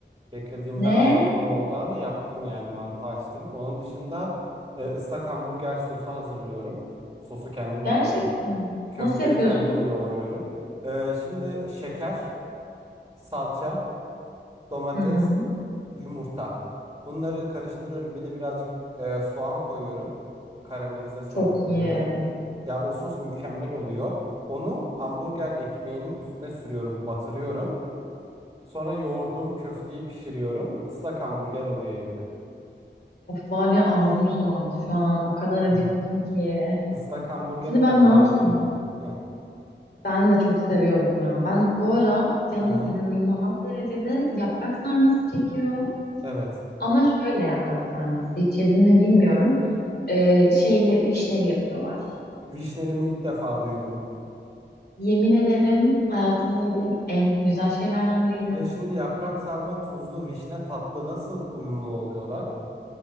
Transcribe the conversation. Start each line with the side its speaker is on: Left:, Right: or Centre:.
Right: Beklediğimden
Left: Ne?
Right: daha zor oldu ama yaptım yani mantı açtım. Onun dışında e, ıslak hamburger sosu hazırlıyorum. Sosu kendim
Left: Gerçekten.
Right: yapıyorum. Köfteyi
Left: Nasıl yapıyorsun?
Right: kendim yoğuruyorum. E, şimdi şeker, salça, domates
Left: Hı hı.
Right: yumurta. Bunları karıştırıyorum. Bir de birazcık e, soğan koyuyorum. Karamelize soğan
Left: Çok
Right: koyuyorum.
Left: iyi.
Right: Ya o sos mükemmel oluyor. Onu hamburger ekmeğinin üstüne sürüyorum, batırıyorum. Sonra yoğurduğum köfteyi pişiriyorum. Islak hamburger oluyor evde.
Left: Of var ya ağzım sulandı şu an. O kadar acıktım
Right: Hı hı.
Left: ki.
Right: Islak hamburgere
Left: Şimdi ben
Right: ben
Left: ne yapsam?
Right: bayılıyorum. Heh.
Left: Ben de çok seviyorum ya. Ben bu ara canım
Right: Hı hı.
Left: inanılmaz derecede yaprak sarması çekiyor.
Right: Evet.
Left: Ama şöyle yaprak sarması. Hiç yedin mi bilmiyorum. Ee, şeyle vişneli yapıyorlar.
Right: Vişnelimi ilk defa duydum.
Left: Yemin ederim hayatımda yediğim en güzel şeylerden biriydi.
Right: Ya şimdi yaprak sarma tuzlu vişne tatlı nasıl uyumlu oluyorlar?